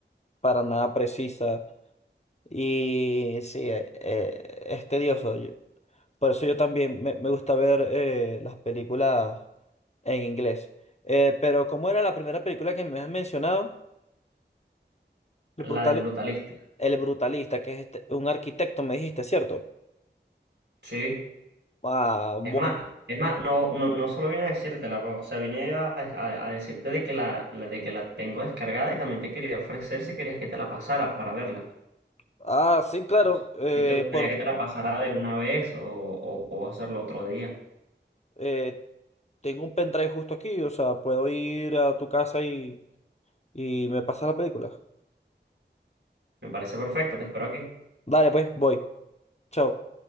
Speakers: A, on the left (about 35°); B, on the right (about 75°).
A: para nada precisa y sí, eh, eh, es tedioso. Yo- por eso yo también me, me gusta ver eh, las películas en inglés. Eh, pero ¿cómo era la primera película que me has mencionado? El
B: La
A: brutal,
B: del brutalista.
A: El Brutalista, que es este- un arquitecto, me dijiste, ¿cierto?
B: Sí.
A: Ah, bueno.
B: Es más, es más, no, no, no solo vine a decírtela, pues, o sea, vine a, a- a decirte de que la, la- de que la tengo descargada y también te quería ofrecer si querías que te la pasara para verla.
A: Ah, sí, claro.
B: Si
A: eh,
B: si te gustaría
A: por,
B: que te la pasara de una vez o, o puedo hacerlo otro día.
A: eh, Tengo un pendrive justo aquí, o sea, puedo ir a tu casa y, y me pasas la película.
B: Me parece perfecto, te espero aquí.
A: Dale, pues, voy. Chao.